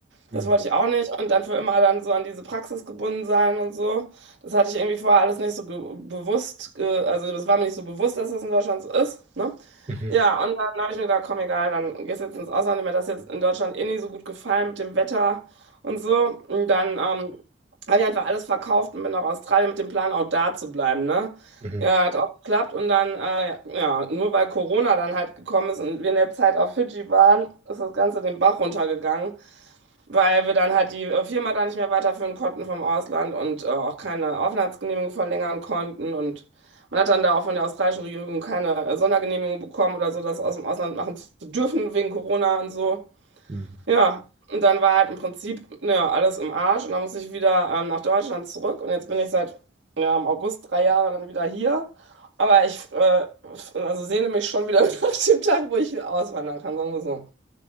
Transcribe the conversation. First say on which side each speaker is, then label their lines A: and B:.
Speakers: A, on the right; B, on the right.
A: Hm,
B: Das wollte ich auch nicht. Und dann für immer dann so an diese Praxis gebunden sein und so. Das hatte ich irgendwie vorher alles nicht so ge- bewusst. Äh, also das war mir nicht so bewusst, dass das in Deutschland so ist. Ne?
A: mhm,
B: Ja, und dann habe ich mir gedacht, komm, egal, dann gehst du jetzt ins Ausland. Mir hat das jetzt in Deutschland eh nicht so gut gefallen mit dem Wetter und so. Und dann ähm, habe ich einfach alles verkauft und bin nach Australien mit dem Plan, auch da zu bleiben. Ne?
A: mhm,
B: Ja, hat auch geklappt. Und dann, äh, ja, nur weil Corona dann halt gekommen ist und wir in der Zeit auf Fidschi waren, ist das Ganze den Bach runtergegangen weil wir dann halt die äh, Firma da nicht mehr weiterführen konnten vom Ausland und äh, auch keine Aufenthaltsgenehmigung verlängern konnten. Und man hat dann da auch von der australischen Regierung keine äh, Sondergenehmigung bekommen oder so, das aus dem Ausland machen zu dürfen wegen Corona und so.
A: mhm.
B: Ja, und dann war halt im Prinzip ja, alles im Arsch und dann musste ich wieder ähm, nach Deutschland zurück und jetzt bin ich seit ja, im August drei Jahre dann wieder hier. Aber ich äh, f- also sehne mich schon wieder <laughs> nach dem Tag, wo ich wieder auswandern kann, sagen wir so.